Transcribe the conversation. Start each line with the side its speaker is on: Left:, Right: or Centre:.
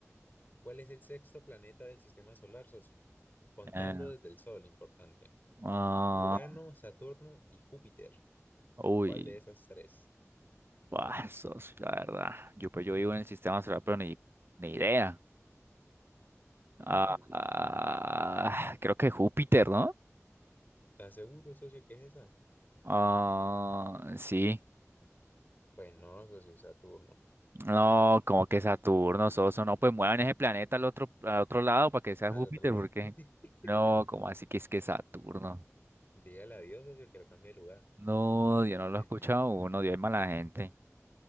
Left: ¿Cuál es el sexto planeta del sistema solar, socio? Contando
Right: Eh,
Left: desde el Sol, importante.
Right: ah,
Left: Urano, Saturno y Júpiter.
Right: uy,
Left: ¿Cuál de esas tres?
Right: buah, socio, la verdad. Yo, pues, yo vivo en el sistema solar, pero ni, ni idea. Ah,
Left: <laughs>
Right: ah, creo que Júpiter, ¿no?
Left: ¿Estás seguro, socio, que es esa?
Right: Ah, sí.
Left: Pues no, socio, Saturno.
Right: No, como que Saturno, Soso, no, pues muevan ese planeta al otro, al otro lado para que sea
Left: Al
Right: Júpiter,
Left: otro lado.
Right: porque
Left: <laughs>
Right: no, como así que es que Saturno.
Left: Dígale adiós, socio, que lo cambie de lugar.
Right: No,
Left: <laughs>
Right: yo no lo he escuchado uno, Dios es mala gente.